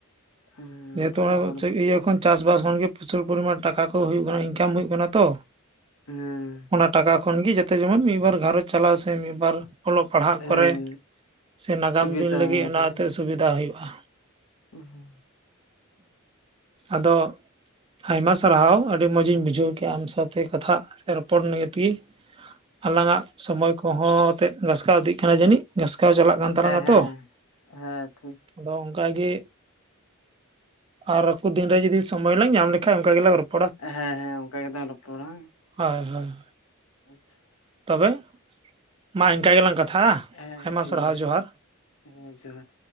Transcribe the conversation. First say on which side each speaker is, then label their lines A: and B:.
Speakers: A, on the left; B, on the right.
A: ᱦᱮᱸ
B: ᱡᱮᱦᱮᱛᱩ
A: ᱟᱫᱚ
B: ᱚᱱᱟ
A: ᱦᱚᱲ ᱫᱚ
B: ᱤᱭᱟᱹ ᱪᱟᱥᱵᱟᱥ ᱠᱷᱚᱱᱜᱮ ᱯᱨᱚᱪᱩᱨ ᱯᱚᱨᱤᱢᱟ ᱴᱟᱠᱟ ᱠᱚ ᱦᱩᱭᱩᱜ ᱠᱟᱱᱟ ᱤᱱᱠᱟᱢ ᱦᱩᱭᱩᱜ ᱠᱟᱱᱟ ᱛᱚ
A: ᱦᱮᱸ
B: ᱚᱱᱟ ᱴᱟᱠᱟ ᱠᱷᱚᱱᱜᱮ ᱡᱮᱛᱮ ᱡᱚᱢᱚᱱ ᱢᱤᱫᱵᱟᱨ ᱜᱷᱟᱨᱚᱡᱽ ᱪᱟᱞᱟᱣ ᱥᱮ ᱢᱤᱫ ᱵᱟᱨ ᱚᱞᱚᱜ ᱯᱟᱲᱦᱟᱜ
A: ᱦᱮᱸ
B: ᱠᱚᱨᱮ ᱥᱮ ᱱᱟᱜᱟᱢ
A: ᱥᱩᱵᱤᱫᱷᱟ
B: ᱫᱤᱱ ᱞᱟᱹᱜᱤᱫ ᱚᱱᱟᱛᱮ
A: ᱨᱮᱜᱮ
B: ᱥᱩᱵᱤᱫᱷᱟ ᱦᱩᱭᱩᱜᱼᱟ
A: <unintelligible>
B: ᱟᱫᱚ ᱟᱭᱢᱟ ᱥᱟᱨᱦᱟᱣ᱾ ᱟᱹᱰᱤ ᱢᱚᱸᱡᱽ ᱤᱧ ᱵᱩᱡᱷᱟᱹᱣ ᱠᱮᱫᱼᱟ ᱟᱢ ᱥᱟᱣᱛᱮ ᱠᱟᱛᱷᱟᱜ ᱨᱚᱯᱚᱲ ᱱᱤᱭᱮ ᱛᱮᱜᱮ ᱟᱞᱟᱝᱟᱜ ᱥᱚᱢᱚᱭ ᱠᱚ ᱠᱚᱦᱚᱸ ᱛᱮᱫ ᱜᱷᱟᱥᱠᱟᱣ ᱤᱫᱤᱜ ᱠᱟᱱᱟ ᱡᱟᱹᱱᱤᱡ ᱜᱷᱟᱥᱠᱟᱣ ᱪᱟᱞᱟᱜ ᱠᱟᱱ ᱛᱟᱞᱟᱝᱟ
A: ᱦᱮᱸ
B: ᱛᱚ
A: ᱦᱮᱸ ᱴᱷᱤᱠ
B: ᱟᱫᱚ ᱚᱝᱠᱟᱜᱮ᱾ ᱟᱨ ᱟᱠᱚ ᱫᱤᱱᱨᱮ ᱡᱩᱫᱤ ᱥᱚᱢᱚᱭ ᱞᱟᱝ ᱧᱟᱢ ᱞᱮᱠᱷᱟᱱ ᱚᱱᱠᱟ ᱜᱮᱞᱟᱝ ᱨᱚᱯ
A: ᱦᱮᱸ ᱦᱮᱸ ᱚᱝᱠᱟ ᱜᱮᱛᱚᱢ ᱨᱚᱯᱚᱲᱟ
B: ᱦᱳᱭ ᱦᱳᱭ
A: ᱟᱪᱷᱟ
B: ᱛᱚᱵᱮ ᱢᱟ ᱤᱝᱠᱟ ᱜᱮᱞᱟᱝ ᱠᱟᱛᱷᱟᱜᱼᱟ?
A: ᱦᱮᱸ ᱦᱮᱸ
B: ᱟᱭᱢᱟ
A: ᱴᱷᱤᱠ ᱜᱮᱭᱟ
B: ᱥᱟᱨᱦᱟᱣ ᱡᱚᱦᱟᱨ
A: ᱦᱮᱸ ᱡᱚᱦᱟᱨ